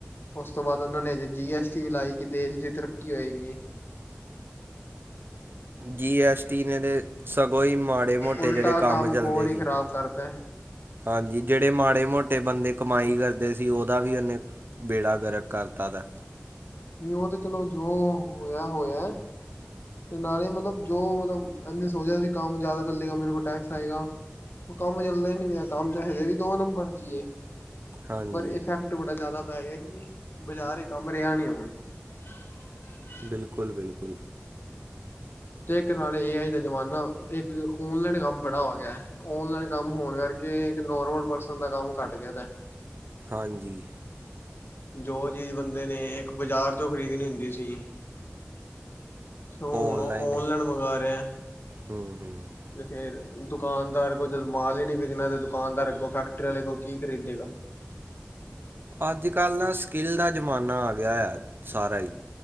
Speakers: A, on the left; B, on the right.
A: ਉਸ ਤੋਂ ਬਾਅਦ ਉਹਨਾਂ ਨੇ ਅਜੇ ਜੀ ਐਸ ਟੀ ਵੀ ਲਾਈ ਕਿ ਦੇਸ਼ ਦੀ ਤਰੱਕੀ ਹੋਏਗੀ।
B: ਜੀ ਐਸ ਟੀ ਨੇ ਦੇ ਸਗੋਂ ਈ ਮਾੜੇ ਮੋਟੇ
A: ਉਲਟਾ
B: ਜਿਹੜੇ ਕੰਮ ਚੱਲਦੇ
A: ਹੋਰ ਹੀ
B: ਸੀ।
A: ਖ਼ਰਾਬ ਕਰਤਾ।
B: ਹਾਂਜੀ ਜਿਹੜੇ ਮਾੜੇ ਮੋਟੇ ਬੰਦੇ ਕਮਾਈ ਕਰਦੇ ਸੀ। ਉਹਦਾ ਵੀ ਇਹਨੇ ਬੇੜਾ ਗਰਕ ਕਰਤਾ ਤਾ ਉਦਾ।
A: ਨੀ ਉਹ ਤੇ ਚਲੋ ਜੋ ਹੋਇਆ ਹੋਇਐ। ਤੇ ਨਾਲੇ ਮਤਲਬ ਜੋ ਮਤਲਬ ਇਹਨੇ ਸੋਚਿਆ ਸੀ ਕੰਮ ਜ਼ਿਆਦਾ ਚੱਲੇਗਾ ਮੇਰੇ ਕੋਲ ਟੈਕਸ ਆਏਗਾ। ਉਹ ਕੰਮ ਚਲਦਾ ਹੀ ਨੀ ਪਿਆ ਕਮ 'ਚ ਹੈੇ। ਵੀ ਦੋ ਨੰਬਰ 'ਚ ਹੀਏ।
B: ਹਾਂਜੀ
A: ਪਰ ਇਫੈਕਟ ਬੜਾ ਜ਼ਿਆਦਾ ਪੈ ਗਿਆ ਕਿ ਬਜ਼ਾਰ ਇਹ ਕਮ ਰਿਹਾ ਨਹੀ ਹੋਣ। <unintelligible>
B: ਬਿਲਕੁਲ -ਬਿਲਕੁਲ-
A: ਤੇ ਇਕ ਨਾਲੇ ਏ ਆਈ ਦਾ ਜਮਾਨਾ ਇਕ ਔਨਲਾਈਨ ਕਮ ਬੜ੍ਹਾ ਹੋ। ਗਿਆ ਹੈ। ਔਨਲਾਈਨ ਕਮ ਹੋਣ ਕਰ- ਕੇ ਇਕ ਨੋਰਮਲ ਪਰਸਨ ਦਾ ਕਮ ਘੱਟ ਗਿਆ ਦਾ-
B: ਹਾਂਜੀ-
A: ਜੋ ਚੀਜ਼ ਬੰਦੇ ਨੇ ਇਕ ਬਾਜ਼ਾਰ ਚੋ ਖਰੀਦਣੀ ਹੁੰਦੀ ਸੀ। ਤ ਹੁਣ
B: ਔਨਲਾਈਨ
A: ਉਹ ਓਨਲਾਈਨ
B: ਹੈ।
A: ਮੰਗਵਾ ਰਿਹਾ।
B: ਹੂੰ- ਹੂੰ -
A: ਤੇ ਫੇਰ ਦੁਕਾਨਦਾਰ ਕੋ ਜਦੋ ਮਾਲ ਹੀ ਨੀ ਵਿਕਣਾ ਤੇ ਦੁਕਾਨਦਾਰ ਅਗੋ ਫੈਕਟਰੀ ਵਾਲੇ ਕੀ ਖਰੀਦੇਗਾ?
B: ਅਜ ਕਲ ਦਾ ਸਕਿੱਲ ਦਾ ਜਮਾਨਾ ਆ ਗਿਆ ਆ ਸਾਰਾ ਹੀ।